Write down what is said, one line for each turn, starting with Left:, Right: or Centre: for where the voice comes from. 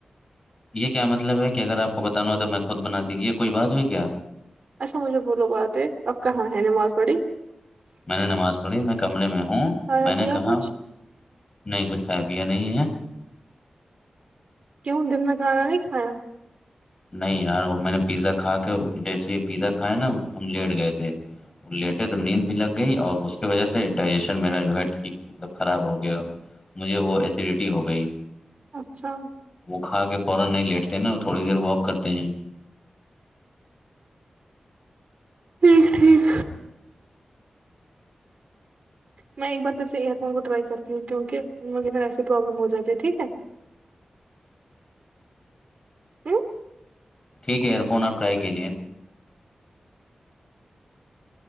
Left: یہ کیا مطلب ہے کہ اگر آپ کو بتانا ہو تو میں خود بناتی ہوں یہ کوئی بات ہوئی کیا
Right: اچھا مجھے بولو بات ہے اپ کہاں ہے نماز پڑی
Left: میں نے نماز پڑھی میں کمرے میں ہوں
Right: کھایا
Left: میں نے
Right: پیا
Left: کہا
Right: کچھ
Left: نہیں کچھ ہے بیا نہیں ہے
Right: کیوں دن میں کھانا نہیں کھایا
Left: نہیں یار وہ میں نے پیزا کھا کے جیسے ہی پیزا کھایا نا ہم لیٹ گئے تھے لیٹے تو نیند بھی لگ گئی اور اس کی وجہ سے ڈائجیشن میرا جو ہے ٹھیک مطلب خراب ہو گیا مجھے وہ ایسیڈیٹی ہو گئی
Right: اچھا
Left: وہ کھا کے فورا نہیں لیٹتے ہیں نا تھوڑی دیر واک کرتے ہیں
Right: ٹھیک ٹھیک میں ایک بار پھر سے ایئر فون کو ٹرائی کرتی ہوں کیوں کہ مجھے پھر ایسے پروابلم ہو جاتے ہے ٹھیک ہے <unintelligible>
Left: ٹھیک ہے ایئر فون آپٹرائی کییے